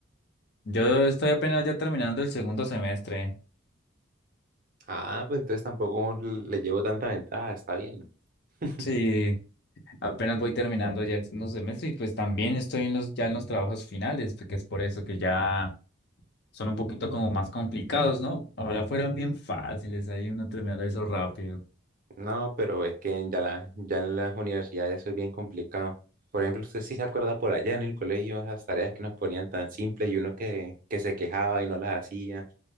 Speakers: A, on the left; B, on the right.
A: Yo estoy apenas ya terminando el segundo semestre.
B: Ah, pues entonces tampoco le llevo tanta ventaja, está bien. <laughs>
A: Sí, apenas voy terminando ya el segundo semestre y pues también estoy en los, ya en los trabajos finales, porque es por eso que ya son un poquito como más complicados, ¿no? Ahora fueron bien fáciles, ahí uno terminó eso rápido.
B: No, pero es que ya, la- ya en las universidades eso es bien complicado. Por ejemplo, usted sí se acuerda por allá en el colegio esas tareas que nos ponían tan simples y uno que, que se quejaba y no las hacía